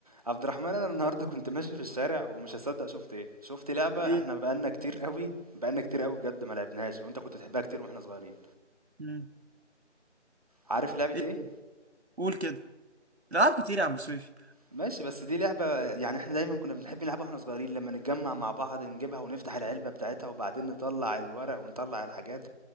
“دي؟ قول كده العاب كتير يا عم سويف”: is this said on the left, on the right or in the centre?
Right